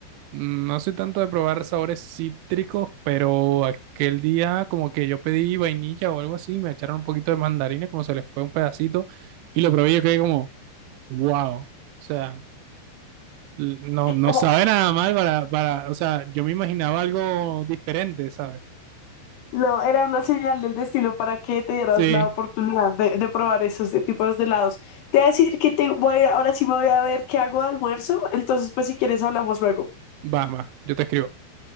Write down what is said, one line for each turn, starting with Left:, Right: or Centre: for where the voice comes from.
Right: No soy tanto de probar sabores cítricos, pero aquel día como que yo pedí vainilla o algo así, me echaron un poquito de mandarina, como se les fue un pedacito, y lo probé y yo quedé como, wow, o sea, l- no, no
Left: Era-
Right: sabe nada mal para, para, o sea, yo me imaginaba algo diferente, ¿sabes?
Left: No, era una señal del destino para que te dieras
Right: Sí,
Left: la oportunidad de, de probar esos eh, tipos de helados. Te voy a decir que te voy, ahora sí me voy a ver qué hago de almuerzo, entonces pues si quieres hablamos luego.
Right: va, va, yo te escribo.